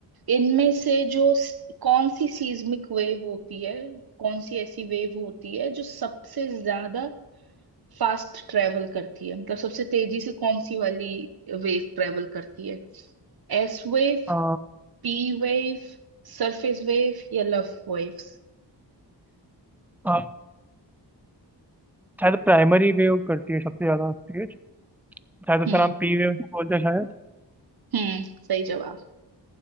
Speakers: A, on the right; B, in the centre.
A: इनमें से जो स- कौन सी सीस्मिक वेव होती है कौन सी ऐसी वेव होती है जो सबसे ज्यादा फास्ट ट्रेवल करती है मतलब सबसे तेजी से कौन सी वाली वेव ट्रेवल करती है S wave
B: अ,
A: P wave surface wave या लव वेव्स
B: अ, शायद प्राइमरी वेव करती है सबसे ज्यादा तेज शायद उसका
A: हम्म
B: नाम पी वेव बोलते हैं शायद
A: हम्म सही जवाब